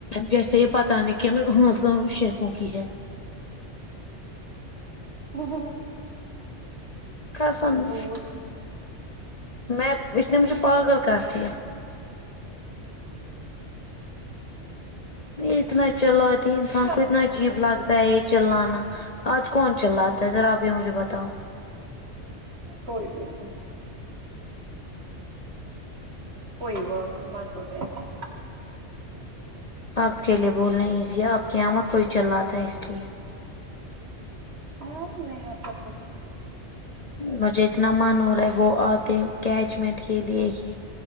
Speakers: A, on the left (about 40°); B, on the right (about 60°).
A: جیسے یہ پتہ نہیں کہن ہنسل شیخوں کی ہے
B: ہ ہ
A: قسند
B: دور
A: میں اس نے مجھے پاگل کر دیا اتنا چل رہاتے انسان
B: کیا
A: کو اتنا
B: کیا اس
A: عجیب
B: نے
A: لگتا یہ چللانا آج کون چلا تا ہے ذرا آپ یہ مجھے بتاؤ
B: کوئی بھی نہیں کوئی بات مت لو ٹینشن
A: آپ کے لیے بولنا ایزی ہے آپ کے یہاں کوئی چلا تا ہے اس لیے
B: نہیں نہیں ایسا سب کچھ نہیں
A: مجھے اتنا من ہو رہا ہے وہ آتے کیچمنٹ کے لیے ہی